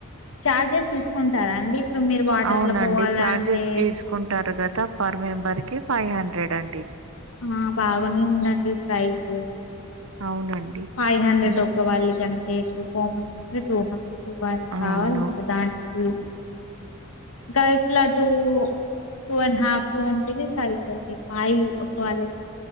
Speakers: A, on the left (about 80°); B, on the right (about 70°).
A: చార్జెస్ తీసుకుంటారా అండి ఇప్పుడు మీరు వాటర్
B: అవునండి
A: లో పోవాలంటే
B: చార్జెస్ తీసుకుంటారు కదా పర్ మెంబర్ కి ఫైవ్ హండ్రెడ్ అండి
A: ఆ బాగానే ఉందండి ప్రైజ్
B: అవునండి
A: ఫైవ్ హండ్రెడ్
B: ఉమ్,
A: ఒక వాళ్ళ కంటే ఇప్పుడు ఫోర్ మ టూ హండ్రె
B: అవును
A: కావాలి ఇంకా దానికి ఇంకా ఎట్లాటు నువ్వు టూ అండ్ హాఫ్ ఉంటేది సరిపోయింది పాయి్ ఒక వాళ్ళ